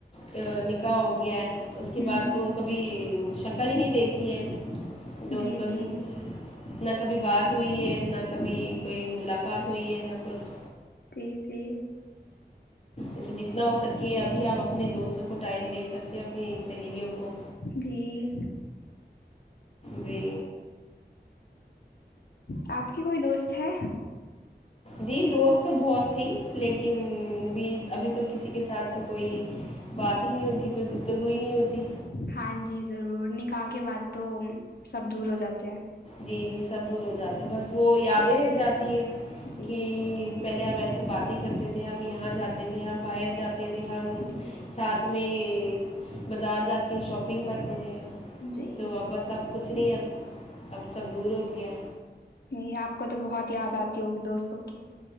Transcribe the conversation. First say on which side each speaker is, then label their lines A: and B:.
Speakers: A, on the left; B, on the left.
A: ا کاؤ گیا ہے اس کے
B: ہ
A: بعد
B: ہ
A: تو کبھی چکر ہی نہیں دیکھی ہے دوستوں
B: جی جی
A: کی کبھی بات ہوئی ہے نہ کبھی کوئی ملاقات ہوئی ہے نہ کچھ
B: جی جی
A: اسے جتنا ہو سکے ابھی آپ اپنے دوستوں کو ٹائم دے سکتے ہیں اپنی سہیلیوں کو
B: جی
A: جی
B: آپ کی کوئی دوست ہے
A: جی دوست تو بہت تھی لگے لیکن بھی ابھی تو کسی کے ساتھ کوئی بات ہی نہیں ہوتی کوئی گفتگو ہی نہیں ہوتی
B: ہاں جی ضرور نکاح کے بعد تو سب دور ہو جاتے ہیں
A: جی جی سب دور ہو جاتے بس وہ یاد رہ جاتے ہے
B: جی
A: کہ پہلے ہم ایسے باتیں کرتے تھے ہم یہاں جاتے تھے ہم با جات <unintelligible> تھے ہم
B: جی
A: ساتھ میں بازار جا کے شاپنگ کرتے تھے
B: جی
A: تو اب بس اب کچھ نہیں ہےب دور ہو گیا
B: نہیں آپ کو تو بہت یاد آتی ہوگی دوستوں کی